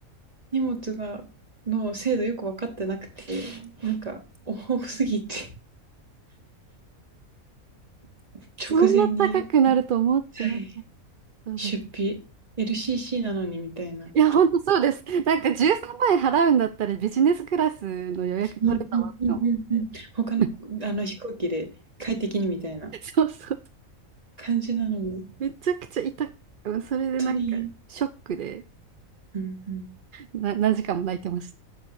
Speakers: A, on the right; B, on the right.
A: 荷物が、の精度よく分かってなくて、なんか、多すぎて、<laughs> 直前に、
B: そんな高くなると思ってなかっ
A: はい
B: たです。
A: 出費、LCC なのにみたいな。
B: いや、ほんとそうです。なんか13万円払うんだったらビジネスクラスの予約取れたわとか思って。
A: うんうんうんうんうん。他の、
B: <laughs>
A: あの飛行機で快適にみたいな
B: そうそう。
A: 感じなのに、
B: めちゃくちゃ痛く、それでなんかショックで
A: 本当に、うんうん。
B: な何時間も泣いてました。